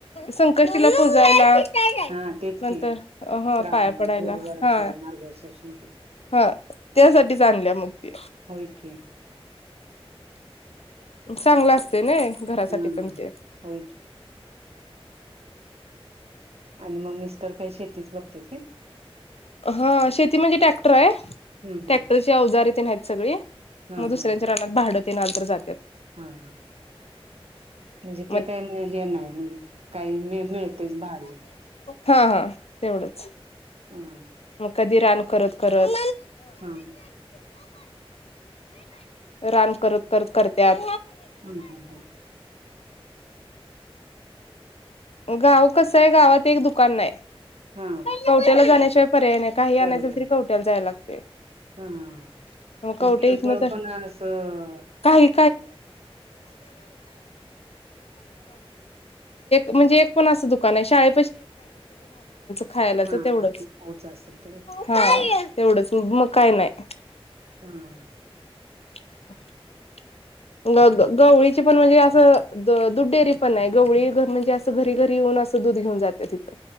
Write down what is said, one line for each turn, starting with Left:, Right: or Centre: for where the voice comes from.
Left: संकष्टीला पूजायला.
Right: हा तेच
Left: नंतर
Right: की
Left: ह
Right: श्रावण
Left: पाया पडायला
Right: गुरुवारच
Left: हा.
Right: मार्गशीर्ष मध्ये
Left: हा त्यासाठीच आणल्या मगती.
Right: होय की
Left: चांगलं असते नय घरासाठी.
Right: हा
Left: पण ते
Right: होय क. आणि मग मिस्टर काही शेतीच बघत्यात काय.
Left: हा शेती म्हणजे ट्रॅक्टर आहे
Right: हम्म हम्म
Left: टॅक्टरची अवजार तेन आहेत सगळी.
Right: हा
Left: मग दुसऱ्यांच्या
Right: हा
Left: रानात भाडत आलं तर जातात.
Right: हा हा. म्हणजे
Left: मग
Right: ते काही हे नाही काही मि मिळतेच भाडे.
Left: हा हा तेवढंच.
Right: हा
Left: मग कधी रान करत करत.
Right: हा
Left: रान करत करत करत्यात.
Right: हा
Left: गाव कस आहे गावात एक दुकान नाही
Right: हा
Left: कवट्याला जाण्या पर्याय नाही काही आणायच
Right: बरे
Left: तरी कवट्याला जाय लागते.
Right: हा म्हणजे
Left: मग कवठे.
Right: किरकोळ
Left: <unintelligible>
Right: पण असं
Left: नाही. म्हणजे एक पण असं दुकान आहे शाळे खायलातर
Right: हा
Left: तेवढंच
Right: ते पोच असेल तेवढं
Left: हा तेवढंच मग काय नाही?
Right: हा.
Left: <unintelligible> ग गवळीची पण म्हणजे असं दुधडेरी पण आहे गवळी म्हणजे असं घरी घरी येऊन दूधे घेऊन जाते तिथं.